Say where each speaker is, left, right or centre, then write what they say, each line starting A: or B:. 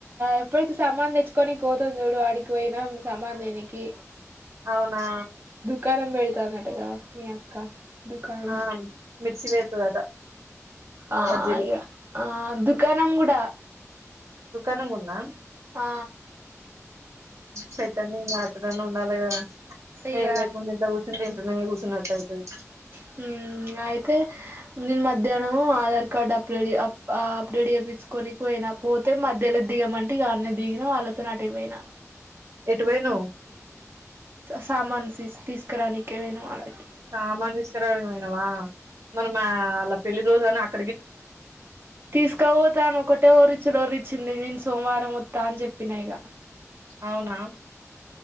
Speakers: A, on the right; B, on the right.
A: ఎప్పటికి సామాను తెచ్చుకొని పోతుంది చడు వాడికి పోయినాం సమాన్ దేనికి
B: అవునా
A: క్కనం పెడతాదంటగా అన్నట్టుగా మీ అక్క దుకాణం
B: ఆ మిర్చి లా ఎత్తాదట
A: ఆ
B: బజ్జీలు
A: ఇగ ఆ దుః కాణం గూడ
B: దుకాణం కూడా నా
A: ఆ
B: పెద్దనీ రాత్రి అన్న ఉండాలి కదా
A: ఇగ
B: ఏది లేకుండా ఇట్ల కూసుంటే టనే కూసుంనట్ట అయితది
A: హుమ్ అయితే నేను మధ్యాహ్నము ఆధార్ కార్డు అప్డేడ్ప్ అప్డేట్ చేయిించుకని పోయినా పోతే మధ్యలో దిగామంటే ఇ అన్న దిగిన వాళ్ళతో నటేపోయినా
B: ఎటు వోయినావు
A: సామాను సి సి తీస్ తీసుకురానికే పోయినం ఆడకి
B: సామాను తీసుకురా డానీకి పోయినావ మన మా అలా పెళ్లిి రోజు అన్ ట్
A: తీసుక పోతాను ఒకటే వరిచ్చుడు వరిచ్చింది మీన్స్ సోమవారం వత్తా అని చెప్పినాయిక
B: అవునా